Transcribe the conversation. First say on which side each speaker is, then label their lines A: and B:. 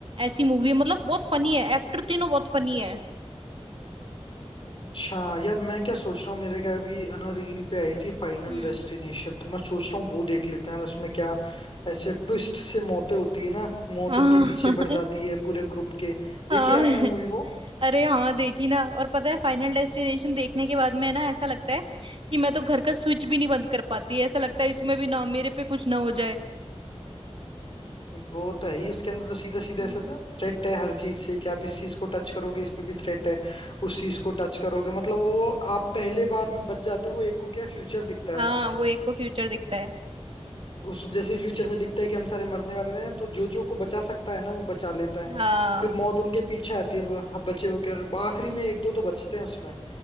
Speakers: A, on the right; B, on the left.
A: ऐसी मूवी है मतलब बहुत फनी है एक्टर तीनों बहुत फनी है
B: अच्छा यार मैं क्या सोच रहा हूँ मेरे क्या अभी है ना रील पे आई थी फाइनल
A: हम्म
B: डेस्टिनेशन तो मैं सोच रहा हूँ वो देख लेते हैं और उसमें क्या ऐसे ट्विस्ट से मौतें होती है ना मौत
A: हाँ
B: उनके
A: <laughs>
B: पीछे पड़ जाती है पूरे ग्रुप के देखिए
A: हाँ
B: आपने मूवी वो
A: अरे हाँ देखी ना और पता है फाइनल डेस्टिनेशन देखने के बाद में ना ऐसा लगता है कि मैं तो घर का स्विच भी नहीं बंद कर पाती ऐसा लगता है इसमें भी ना मेरे पे कुछ ना हो जाए
B: वो तो है ही उसके अंदर तो सीधा सीधा
A: हम्म
B: ऐसा तो थ्रेट है हर चीज से कि आप इस चीज को टच करोगे इसमें भी थ्रेट है उस चीज को टच करोगे मतलब वो आप पहले बार में बच जाते हो वो एक को क्या फ्यूचर दिखता है
A: हाँ
B: उसमें
A: वो एक को फ्यूचर दिखता है
B: उस जैसे फ्यूचर में दिखता है कि हम सारे मरने वाले हैं तो जो जो को बचा सकता है ना वो बचा लेता है
A: हाँ
B: फिर मौत उनके पीछे आती है ब- बचे हुए के और आखिरी में एक दो तो बचते हैं उसमें